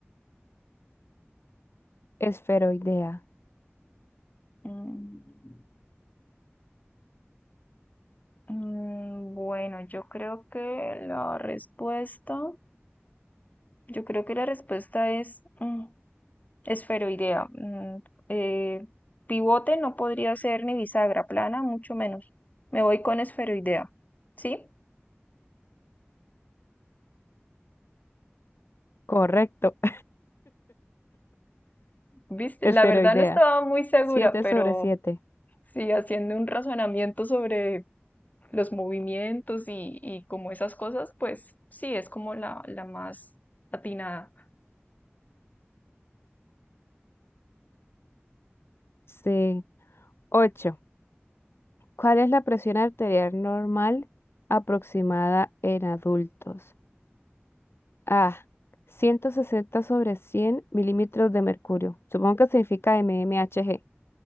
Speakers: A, on the left; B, on the left.
A: Esferoidea.
B: Mm, mm, bueno, yo creo que la respuesta, yo creo que la respuesta es mm, esferoidea. Mm, eh, pivote no podría ser ni bisagra, plana mucho menos. Me voy con esferoidea. ¿Sí?
A: Correcto, <laughs>
B: ¿Viste?
A: esferoidea.
B: La verdad no estaba muy segura,
A: 7
B: pero
A: sobre siete,
B: sí, haciendo un razonamiento sobre los movimientos y, y como esas cosas, pues sí, es como la, la más atinada.
A: Sí. 8. ¿Cuál es la presión arterial normal aproximada en adultos? A. 160 sobre 100 milímetros de mercurio. Supongo que significa mmHg.